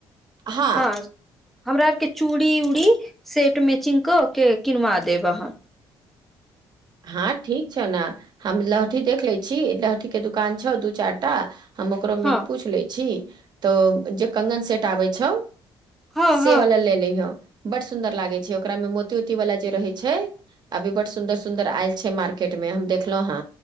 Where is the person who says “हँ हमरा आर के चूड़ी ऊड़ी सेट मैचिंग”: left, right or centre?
Centre